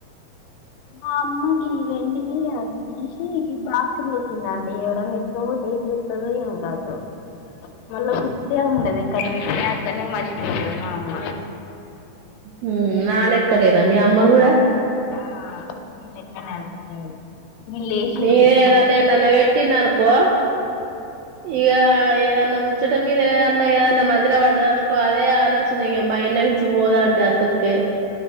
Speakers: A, on the left; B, on the right.
A: మా అమ్మగి వెండిని అవి తీసి ఇ బాక్స్లు వేసిందండి ఎవరన్నా ఎత్తుకపోతే ఎంచే చెత్తదో ఏంకాతో మళ్ళా గుర్తె ఉండది ఎక్కడ పెట్టినై అక్కన్నే మర్చిపోతది మా అమ్మ
B: మ్ నాలేక్కనేనా మీ అమ్మ కూడా
A: అ మీలెక్కనే అండి వీళ్ళేసింది
B: నినేే ఏదన్న ఎన్నన్న పెట్టిన్ననుకో ఇగ ఏదన్నా ముచ్చట మీద ఏదన్నా ఏదన్నా మతిలో పడ్డాదనుకో అదే ఆలోచన ఇగ మైడ్ల్ నుంచి పోదాంటడి అసల్కే